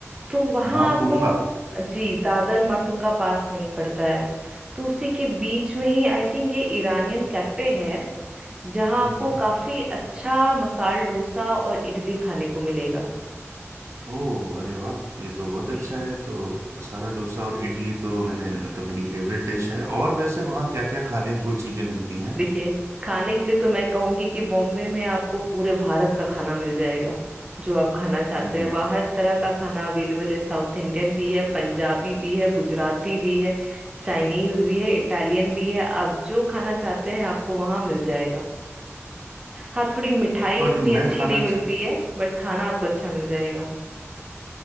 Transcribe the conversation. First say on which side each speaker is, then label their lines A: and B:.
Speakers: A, on the right; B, on the right.
A: तो वहां
B: माटुंगा
A: आपको जी दादर माटुंगा पास में ही पड़ता है तो उसी के बीच में ही आई थिंक ये ईरानियन कैफे है जहाँ आपको
B: हम्म हम्म।
A: काफी अच्छा मसाल डोसा और इडली खाने को मिलेगा
B: ओह अरे वाह ये तो बहुत
A: जी
B: अच्छा है तो मसाला डोसा और इडली तो मैंने मतलब मेरी
A: जी
B: फेवरेट डिश है और वैसे वहाँ क्या क्या खाने को चीजें मिलती हैं
A: देखिए खाने के लिए तो मैं कहूंगी कि बॉम्बे में आपको पूरे भारत का खाना मिल जाएगा जो आप खाना चाहते
B: हम्म
A: हैं वहाँ हर तरह का खाना अवेलेबल है साउथ इंडियन भी है पंजाबी भी है गुजराती भी है चाइनीज भी है इटालियन भी है आप जो खाना चाहते हैं आपको वहाँ मिल जाएगा हाँ थोड़ी मिठाई
B: पर
A: उतनी
B: मैं
A: अच्छी
B: खाना
A: नहीं मिलती
B: चाह
A: है बट खाना आपको अच्छा मिल जाएगा